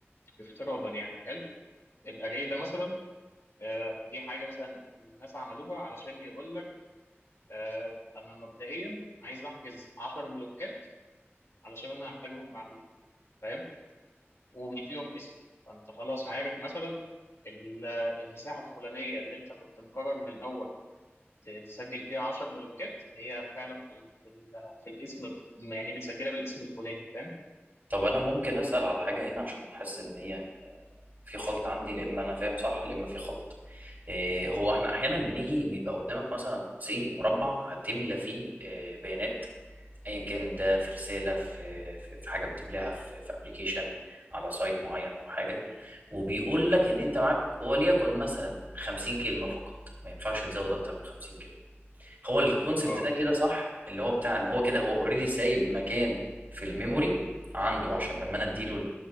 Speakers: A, on the left; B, on the right.
A: افتراضا يعني حلو الاري ده مثلا آه، دي حاجه مثلا الناس عملوها علشان يقول لك آه، انا مبدئيا عايز احجز 10 بلوكات علشان انا هحتاجهم بعدين فاهم وبيديهم اسم فانت خلاص عارف مثلا ال- المساحه الفلانيه اللي انت كنت مقرر من الاول تسجل فيها 10 بلوكات هي فعلا في ال في, ال في الاسم يعني متسجله بالاسم الفلاني فاهم
B: طب انا ممكن اسال على حاجه هنا عشان حاسس ان هي آه، في خلط عندي لا اما انا فاهم صح لا اما في خلط إيه هو احنا
A: و-
B: احيانا بنيجي بيبقى قدامك مثلا سي مربع هتملى فيه آه، بيانات ايا كان ده في رساله في في في حاجه بتملاها في في ابلكيشن على سايت معين او حاجه وبيقول لك ان انت معاك وليكن مثلا 50 كلمه فقط ما ينفعش تزود اكتر من 50 هو الكونسبت
A: اه
B: ده كده صح اللي هو بتاع ان هو كده هو اوريدي سايب مكان في الميموري عنده عشان لما انا اديله